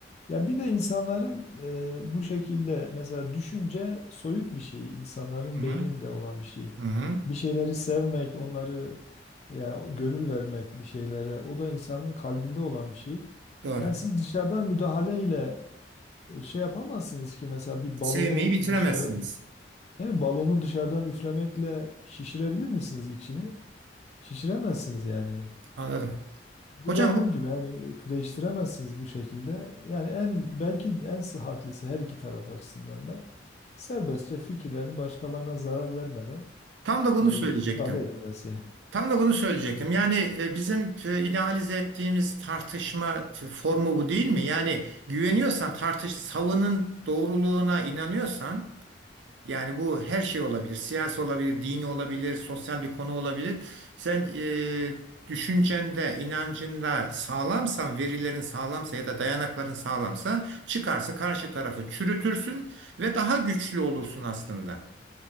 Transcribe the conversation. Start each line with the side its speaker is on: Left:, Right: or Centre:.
Left: Ya bir de insanların e, bu şekilde mesela düşünce soyut bir şey, insanların
Right: Hı hı.
Left: beyninde olan bir şey.
Right: Hı hı.
Left: Bir şeyleri sevmek, onları ya gönül vermek bir şeylere, o da insanın kalbinde olan bir şey.
Right: Doğru.
Left: Yani siz dışarıdan müdahaleyle e, şey yapamazsınız ki mesela bir balonu
Right: Sevmeyi bitiremezsiniz.
Left: dışarı, değil mi? Balonu dışarıdan üflemekle şişirebilir misiniz içini? Şişiremezsiniz yani.
Right: Anladım.
Left: Bu
Right: Hocam
Left: da onun
Right: bu
Left: gibi yani değiştiremezsiniz bu şekilde. Yani en belki en sıhhatlisi her iki taraf açısından da serbestçe fikirlerin başkalarına zarar vermeden
Right: tam da bunu
Left: e,
Right: söyleyecektim.
Left: ifade edilmesi.
Right: Tam da bunu söyleyecektim. Yani e, bizim e, idealize ettiğimiz tartışma t- formu bu değil mi? Yani güveniyorsan tartış savının doğruluğuna inanıyorsan yani bu her şey olabilir. Siyasi olabilir, dini olabilir, sosyal bir konu olabilir. Sen e, düşüncende, inancında sağlamsan, verilerin sağlamsa ya da dayanakların sağlamsa çıkarsın karşı tarafı çürütürsün ve daha güçlü olursun aslında.